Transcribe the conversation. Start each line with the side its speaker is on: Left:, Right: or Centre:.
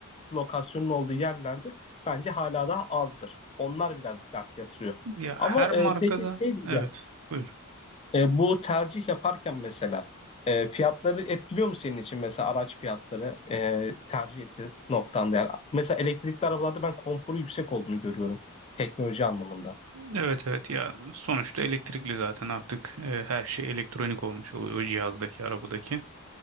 Left: lokasyonun olduğu yerlerde bence hala daha azdır. Onlar biraz dert yatırıyor.
Right: Ya
Left: Ama
Right: her
Left: eee,
Right: markada
Left: peki şey diyeceğim
Right: evet. Buyur.
Left: Eee, bu tercih yaparken mesela eee, fiyatları etkiliyor mu senin için mesela araç fiyatları eee, tercih etme noktanda yani mesela elektrikli arabalarda ben konforu yüksek olduğunu görüyorum teknoloji anlamında.
Right: Evet evet ya sonuçta elektrikli zaten artık e, her şey elektronik olmuş oluyor o cihazdaki arabadaki.